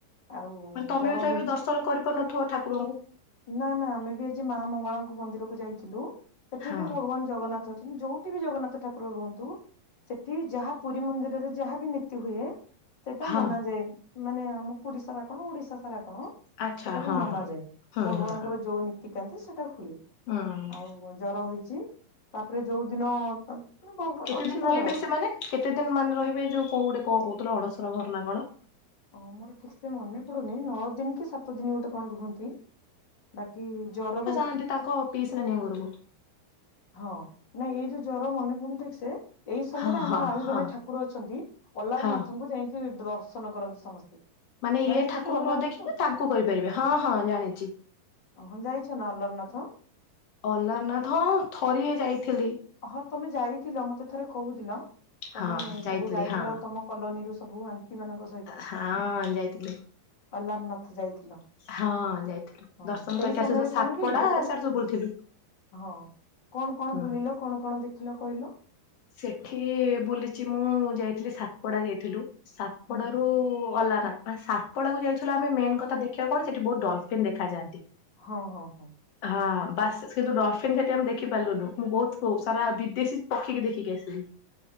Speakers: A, on the left (about 30°); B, on the left (about 75°).
A: ଆଉ
B: ମାନେ ତମେ
A: ଜର
B: ବି ତ
A: ହେଇଛି
B: ଏବେ ଦର୍ଶନ କରି ପାରୁନଥିବ ଠାକୁରଙ୍କୁ।
A: ନା ନା ଆମେ ବି ଆଜି ମା ମଙ୍ଗଳାଙ୍କ ମନ୍ଦିରକୁ ଯାଇଥିଲୁ। ସେଠି
B: ହଁ
A: ବି ଭଗବାନ ଜଗନ୍ନାଥ ଅଛନ୍ତି ଯୋଉଠି ବି ଜଗନ୍ନାଥ ଠାକୁର ରୁହନ୍ତୁ। ସେଠି ଯାହା ପୁରୀ ମନ୍ଦିରରେ। ଯାହା ବି ନୀତି ହୁଏ। ସେଇଟା
B: ହଁ
A: ମନାଯାଏ। ମାନେ ଆମ ପୁରୀ ସାରା କଣ ଓଡିଶା ସାରା କଣ?
B: ଆଚ୍ଛା
A: ସେଟାକୁ
B: ହଁ
A: ମନାଯାଏ।
B: ହଁ ହୁଁ
A: ଭଗବାନଙ୍କର
B: ହୁଁ ହୁଁ
A: ଯୋଉ ନିତ୍ ତିକାନ୍ତି ସେଟା ହୁଏ।
B: ହୁଁ।
A: ଆଉ ଜର ହୋଇଛି। ତା'ପରେ ଯୋଉଦିନ ତା ମେ ଭଗବାନ
B: କେତେ
A: ଅଛି
B: ଦିନ
A: ତାଙ୍କର।
B: ରହିବେ ସେମାନେ କେତେ ଦିନ ମାନେ ରହିବେ? ଏ ଯୋଉ କୋଉ ଗୋଟେ କଣ କହୁଥିଲ, ଅଣସର ଘରନା କଣ?
A: ଅଁ ମୋର ଠିକ୍ ସେ ମନେ ପଡୁନି, ନଅ ଦିନ କି ସାତ ଦିନ ଗୋଟେ କଣ ରୁହନ୍ତି? ବାକି ଜର ରୁ
B: ଆନ୍ତି ତାଙ୍କ ପିଇସି ନାନିଙ୍କ ଘରକୁ।
A: ହଁ, ନାଇଁ ଏଇ ଯୋଉ ଜର ମନେ ପଡୁନି ଠିକ୍ ସେ ଏଇ ସମୟରେ
B: ହଁ
A: ଆମର
B: ହଁ
A: ଆଉ
B: ହଁ
A: ଜଣେ ଠାକୁର ଅଛନ୍ତି, ଅଲାର
B: ହଁ।
A: ନାଥଙ୍କୁ ଯାଇକି ଡ୍ରର୍ଶନ କରନ୍ତି ସମସ୍ତେ।
B: ମାନେ ଇଏ
A: ଜାଣିଛନ୍ତି
B: ଠାକୁରଙ୍କୁ
A: ଅଲାରନାଥ?
B: ନ ଦେଖିକି ତାଙ୍କୁ କହିପାରିବେ। ହଁ, ହଁ, ଜାଣିଚି।
A: ଅ, ହଁ ଯାଇଛ ନା ଅଲରନାଥ!
B: ଅଲାରନାଥ୍ ହଁ, ହଁ ଥରିଏ ଯାଇଥିଲି।
A: ହଁ, ତମେ ଯାଇଥିଲ। ମତେ ଥରେ କହୁଥିଲ। ତମେ
B: ହଁ
A: ସବୁ
B: ଯାଇଥିଲି
A: ଯାଇଥିଲ।
B: ହଁ
A: ତମ କଲୋନୀରୁୁ ସବୁ ଆଣ୍ଟି ମାନଙ୍କ ସହ
B: ହଁ, ଯାଇଥିଲେ।
A: ଅଲାରନାଥ ଯାଇଥିଲ।
B: ହଁ, ଯାଇଥିଲୁ।
A: ହଁ
B: ଦର୍ଶନ
A: ସେଇ
B: କରିକି
A: ସମୟରେ
B: ଆସୁ ସୁ ସାତପଡା
A: କଣ କି ଯେତେବେଳେ
B: ସିଆଡେ ସବୁ ବୁଲିଥିଲୁ।
A: ହଁ, କଣ କଣ
B: ହୁଁ।
A: ବୁଲିଲ, କଣ କଣ ଦେଖିଲ କହିଲ?
B: ସେଠି ବୁଲିଚି ମୁଁ, ଯାଇଥିଲି ସାତପଡା ଯାଇଥିଲୁ। ସାତପଡା
A: ହୁଁ
B: ରୁ ଅଲାରନା ସାତପଡାକୁ ଯାଇଥିଲୁ। ଆମେ ମେନ୍ କଥା ଦେଖିବାକୁ କଣ? ସେଠି ବହୁତ ଡଲଫିନ୍ ଦେଖାଯାଆନ୍ତି।
A: ହଁ ହଁ ହଁ।
B: ହଁ, ବାସ୍ କିନ୍ତୁ ଡଲଫିନ୍ ସେଠି ଆମ ଦେଖି ଦେଖି ପାରିଲୁନୁ। ମୁଁ ବହୁତ ସାରା ବିଦେଶୀ ପକ୍ଷୀକି ଦେଖିକି ଆସିଲି।